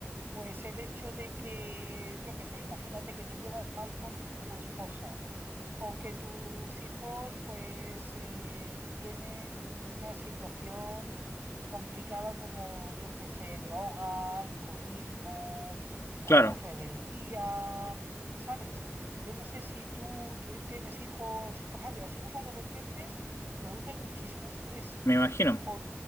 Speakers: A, on the right; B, on the left.
A: pues el hecho de que, yo qué sé, imagínate que te llevas mal con tu esposa o que tus hijos pues eh, tienen una situación complicada como yo que sé, droga, alcoholismo o
B: claro,
A: rebeldía, ¿sabes? Yo no sé si tú t- tienes hijos, por ejemplo, los hijos adolescentes producen muchísimo estrés
B: me imagino.
A: o,